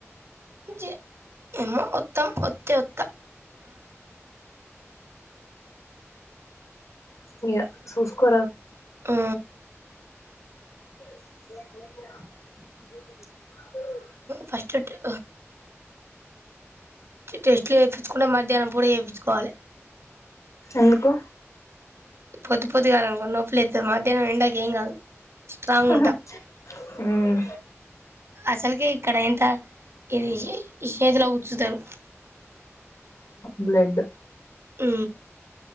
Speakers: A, on the right; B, on the left.
A: జ ఏమో ఒత్తమ్ వొతే ఒత్త
B: ఇగ సూస్కోరా
A: ఉ
B: <unintelligible>
A: ఫస్ట్ ట అ టెస్ట్లు చేపించుకోవాలంటే మధ్యాహ్నం పూట చేయించుకోవాలి
B: ఎందుకు
A: పొద్దు పొద్దుగా నొప్పులైతే మాదిరి ఎండకేం కాదు స్ట్రాంగ్
B: హహ
A: ఉంటా
B: ఊ
A: అసలుకి ఇక్కడ ఎంత ఇది ఇ శేతుల గుచ్చుతరు
B: బ్లెడ్
A: ఉ